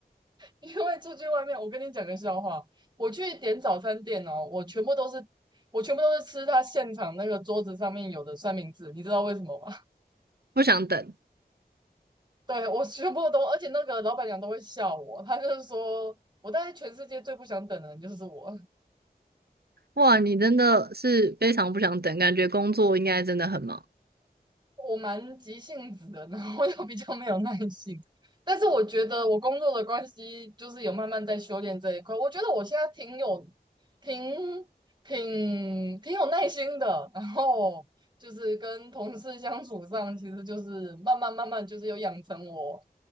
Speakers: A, on the right; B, on the right.
A: 因为出去外面，我跟你讲个笑话，我去点早餐店哦，我全部都是我全部都是吃他现场那个桌子上面有的三明治，你知道为什么吗？
B: <laughs> 不想等。
A: 对，我全部都，而且那个老板娘都会笑我，她就是说，我在全世界最不想等的人就是我，
B: 哇，你真的是非常不想等，感觉工作应该真的很忙。
A: 我蛮急性子的，然后 <laughs> 又比较没有耐性，但是我觉得我工作的关系，就是有慢慢在修炼这一块，我觉得我现在挺有，挺挺挺有耐心的，然后就是跟同事相处上，其实就是慢慢慢慢就是有养成我。